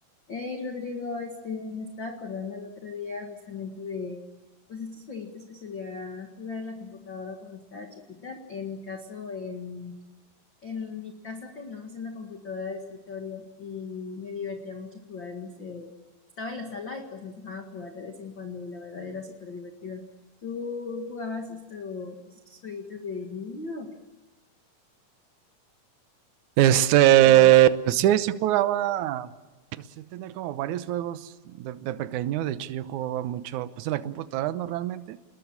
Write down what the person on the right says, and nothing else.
Este,
sí, sí jugaba, pues sí tenía como varios juegos de, de pequeño, de hecho yo jugaba mucho, pues en la computadora no realmente,